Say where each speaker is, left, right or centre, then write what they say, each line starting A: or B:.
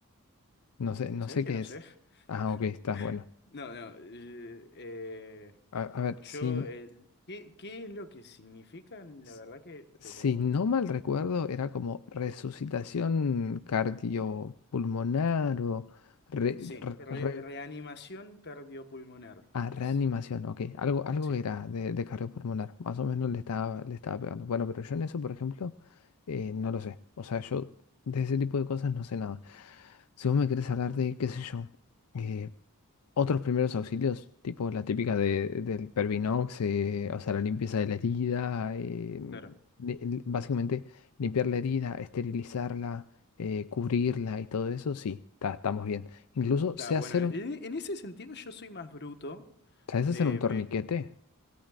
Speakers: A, on the left (about 80°); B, on the left (about 50°).
A: no sé, no
B: sabes
A: sé
B: qué?
A: qué
B: No
A: es.
B: sé.
A: Ah, ok, estás
B: <laughs>
A: bueno.
B: No, no. eh, eh,
A: A, a ver,
B: yo,
A: si,
B: eh, ¿qué, qué es lo que significan? La
A: S-
B: verdad que te
A: Si
B: lo...
A: no mal recuerdo, era como resucitación cardiopulmonar o re-
B: Sí,
A: re-
B: re-
A: re-
B: reanimación cardiopulmonar
A: ah,
B: es.
A: reanimación, ok. Algo, algo
B: Sí,
A: era de, de cardiopulmonar, más o menos le estaba, le estaba pegando. Bueno, pero yo en eso, por ejemplo, eh, no lo sé. O sea, yo de ese tipo de cosas no sé nada. Si vos me querés hablar de, qué sé yo, eh, otros primeros auxilios, tipo la típica de, del Pervinox, eh, o sea, la limpieza de la herida, eh,
B: claro.
A: li- li- básicamente limpiar la herida, esterilizarla, eh, cubrirla y todo eso, sí, ta- estamos bien. Incluso
B: Claro,
A: sé
B: bueno,
A: hacer
B: en,
A: un,
B: en ese sentido yo soy más bruto.
A: ¿sabes
B: eh,
A: hacer un torniquete?